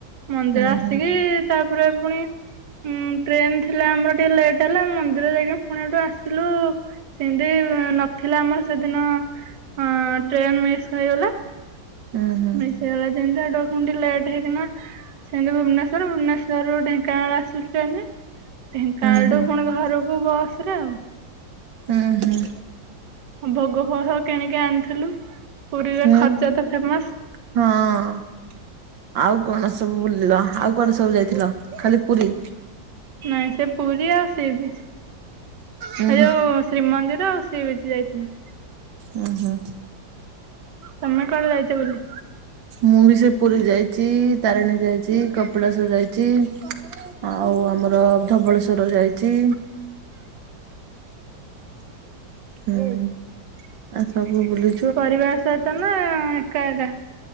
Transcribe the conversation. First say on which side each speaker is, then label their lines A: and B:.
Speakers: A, on the right (about 70°); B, on the right (about 85°).
A: ମନ୍ଦିର
B: ହୁଁ
A: ଆସିକି
B: ହୁଁ
A: ତାପରେ ପୁଣି ହୁଁ ଟ୍ରେନ୍ ଥିଲା ଆମର ଟିକେ ଲେଟ୍ ହେଲା ମନ୍ଦିର ଯାଇକି ଫୁଣି ହେଠୁ ଆସିଲୁ ସେମିତି ନଥିଲା ଆମର ସେଦିନ ହଁ ଟ୍ରେନ୍ ମିସ୍ ହେଇଗଲା।
B: ହୁଁ ହୁଁ।
A: ମିସ୍ ହେଇଗଲା ଯେମିତି <unintelligible> ଲେଟ୍ ହେଇକିନା ସେମିତି ଭୁବନେ ସ୍ୱର ଭୁବନେଶ୍ୱର ରୁ ଢେଙ୍କାନାଳ ଆସିଲୁ ଟ୍ରେନରେ ଢେଙ୍କାନାଳ
B: ଉଁ ହୁଁ
A: ରୁ ଫୁଣି ଘରକୁ ବସ୍ ରେ ଆଉ।
B: ହୁଁ ହୁଁ।
A: ଭୋଗ ଫୋଗ କିଣିକି ଆଣିଥିଲୁ ପୁରୀରେ
B: ହୁଁ
A: ଖଜା ତ ଫେମସ୍।
B: ହଁ। ଆଉ କଣ ସବୁ ବୁଲିଲ ଆଉ କୁଆଡେ ସବୁ ଯାଇଥିଲ ଖାଲି ପୁରୀ?
A: ନାଇଁ ସେ ପୁରୀ ଆଉ ସି ବିଚ୍
B: ଉଁ
A: ଏ
B: ହୁଁ
A: ଯୋଉ ଶ୍ରୀମନ୍ଦିର ଆଉ। ସି ବିଚ୍ ଯାଇଥିଲୁ
B: ଉଁ ହୁଁ।
A: ତମେ କୁଆଡେ ଯାଇଚ ବୁଲି?
B: ମୁଁ ବି ସେଇ ପୁରୀ ଯାଇଚି ତାରିଣୀ ଯାଇଚି କପିଳାସ ଯାଇଚି। ଆଉ ଆମର ଧବଳେଶ୍ଵର ଯାଇଚି। ହୁଁ ଆଉ ସବୁ ବୁଲି
A: ପରିବାର ସହିତ ନା ଏକା ଏକା?